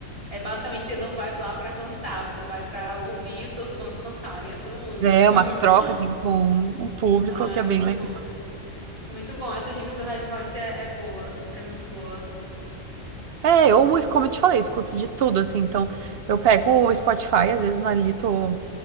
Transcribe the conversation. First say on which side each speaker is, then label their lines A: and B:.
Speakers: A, on the right; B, on the right.
A: é basicamente você não vai lá pra cantar, você vai pra ouvir os seus fãs cantarem a sua música.
B: É uma
A: <laughs>
B: troca, assim, com o público,
A: Ai,
B: que é bem
A: muito
B: legal.
A: bom. Muito bom. Essa dica do Red Hot é, é boa, é muito boa.
B: É, eu, mu- como eu te falei, escuto de tudo, assim, então eu pego o Spotify, às vezes, ali tô,